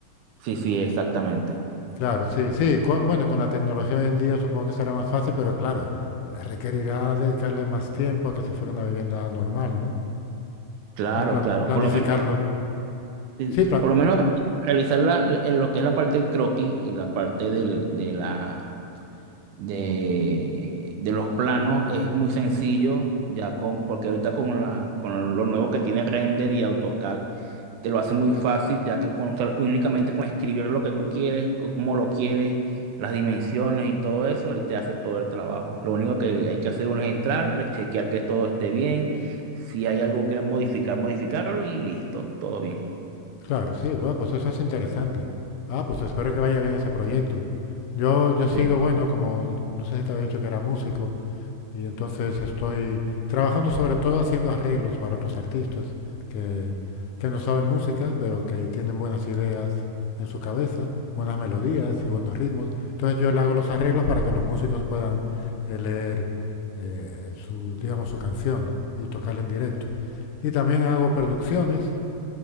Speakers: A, on the right; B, on the left.
A: Sí, sí, exactamente.
B: Claro, sí, sí. Con, bueno, con la tecnología hoy en día supongo que será más fácil, pero claro, requerirá dedicarle más tiempo a que si fuera una vivienda normal, ¿no?
A: Claro,
B: O plan-
A: claro.
B: planificarlo.
A: Por lo menos Sí,
B: Sí,
A: sí.
B: pla-
A: Por lo menos re- realizar la- en lo que es la parte del croquis y la parte del- de, la, de, de los planos es muy sencillo, ya con, porque ahorita con, la, con lo nuevo que tiene Render y AutoCAD te lo hace muy fácil, ya que con, sol- únicamente con escribir lo que tú quieres, c- cómo lo quieres, las dimensiones y todo eso, él te hace todo el trabajo. Lo único que hay que hacer uno es entrar, re- chequear que todo esté bien, si hay algo que modificar, modificarlo y listo, todo bien.
B: claro, sí. Bueno, pues eso es interesante. Ah, pues espero que vaya bien ese proyecto. Yo, yo sigo,
A: Sí.
B: bueno, como no sé si te había dicho que era músico, Y entonces estoy trabajando sobre todo haciendo arreglos para otros artistas que, que no saben música, pero que tienen buenas ideas en su cabeza, buenas melodías y buenos ritmos. Entonces yo le hago los arreglos para que los músicos puedan eh, leer eh, su, digamos, su canción y tocarla en directo. Y también hago producciones